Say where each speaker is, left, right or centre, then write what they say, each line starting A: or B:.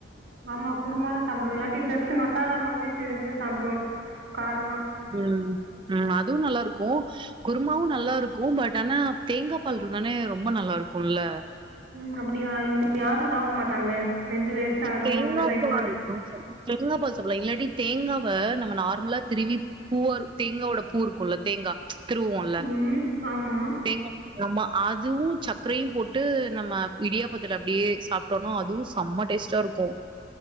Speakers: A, on the right; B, on the right.
A: ஆமா குருமாதா சாப்டுவ இல்லாட்டி ஜஸ்ட் மசாலா மாதிரி செஞ்சு சாப்டுவோ காரமா
B: ம் ம் அதுவு நல்லாருக்கூ குருமாவு நல்லாருக்கு பட் ஆனா தேங்காய் பால் இருந்தானே ரொம்ப நல்லாருக்குல்ல
A: ம் அப்டியா இங்க யாரு சாப்ட மாட்டாங்களே செஞ்சு வேஸ்ட் ஆயிடுமோன்ட்டு
B: தேங்கா
A: செய்ய
B: பால்
A: மாட்டே
B: தேங்கா பால் சாப்பலா இல்லாட்டி தேங்காவ நம்ம நார்மலா திருவி பூவ தேங்காவோட பூ இருக்குல்ல தேங்கா திருவுவோல்ல
A: ம் ஆமா
B: தேங்கா அமா அதுவு சக்கரையும் போட்டு நம்ம இடியாப்பத்துல அப்டியே சாப்ட்டோன்னா அதுவு செம்ம டேஸ்ட்டாருக்கு